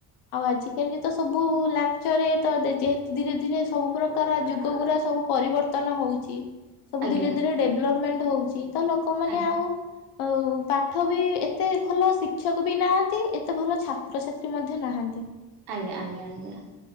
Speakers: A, on the left; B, on the right.
A: ଆଉ ଆଜିକାଲି ତ ସବୁ ଲାଞ୍ଚରେ ତ ଯେହେତୁ ଧୀରେ ଧୀରେ ସବୁ ପୁରା ପ୍ରକାର ଯୁଗ ଗୁୁରା ସବୁ ପରିବର୍ତ୍ତନ ହଉଛି। ସବୁ
B: ଆଜ୍ଞା
A: ଧୀରେ ଧୀରେ ଡେଭଲପମେଣ୍ଟ ହଉଛି। ତ ଲୋକମାନେ
B: ଆଜ୍ଞା।
A: ଆଉ ଆଉ ପାଠ ବି ଏତେ ଭଲ ଭଲ ଶିକ୍ଷକ ବି ନାହାନ୍ତି। ଏତେ ଭଲ ଛାତ୍ରଛାତ୍ରୀ ମଧ୍ୟ ନାହାନ୍ତି।
B: ଆଜ୍ଞା ଆଜ୍ଞା ଆଜ୍ଞା।